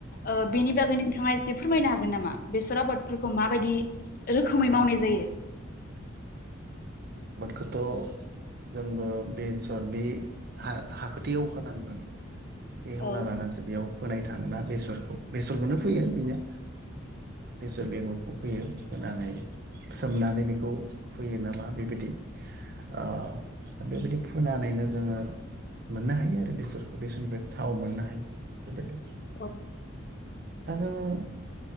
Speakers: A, on the left (about 45°); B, on the right (about 50°).
A: ओ बेनि बागै नोंथाङा एसे बे फोरमायनो हागोन नामा बेसर आबादफोरखौ माबायदि रोखोमै
B: अ
A: मावनाय जायो
B: खौथ' जोंबो बेसर बि हा हाखोथ एवखानांगोन से एवना
A: औ
B: लानानैसो बेयाव फोनाय थाङोना बेसरखौ बेसरखौनो फैयो बेनो बेसर बेगर फोयो फोनानै सोमनानै बेखौ फोयो नामा बेबायदि ओ बेबायदि फोनानैनो जोङो मोननो हायो आरो बेसरखौ बेसरनिफ्राय थाव मोननो हायो बेबायदि
A: औ
B: दाजों